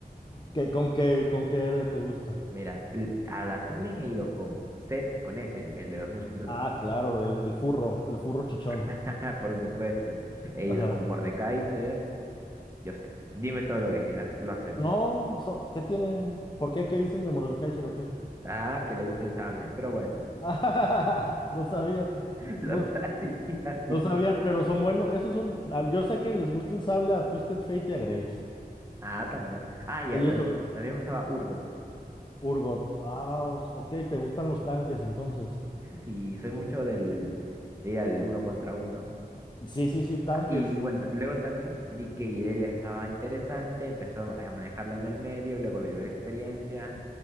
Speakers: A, on the left (about 30°); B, on the right (about 15°).
A: ¿Qué, con qué, con qué héroe te gusta?
B: Mira, l- a la top lane he ido con Zed, con ese, el de los músculos.
A: Ah, claro, el, el furro, el furro chichón.
B: <laughs> Por supuesto. He
A: Ajá.
B: ido con Mordekaiser. Yo sé, dime todo lo que quieras, lo acepto.
A: No, so- ¿qué tienen? ¿Por qué? ¿Qué dicen de Mordekaiser o qué?
B: Ah, que le gusta el sable, pero bueno,
A: <laughs> No sabía.
B: <laughs> lo
A: Bu-
B: sabía.
A: No
B: sí.
A: sabía, pero son buenos. Esos son. ah, Yo sé que les gusta el sable a Twisted Fate y a Grapes.
B: Ah, también. Ah, ya,
A: Ellos
B: también,
A: Ah, son
B: también usaba Urgot.
A: Urgot. Ah, os- ok, te gustan los tanques entonces.
B: Sí, soy mucho del, de ir al uno contra uno.
A: Sí, sí, sí, tanques.
B: Ah, Y bueno, luego también vi que Irelia estaba interesante, empezó a manejarla en el medio, luego lo llevé de experiencia.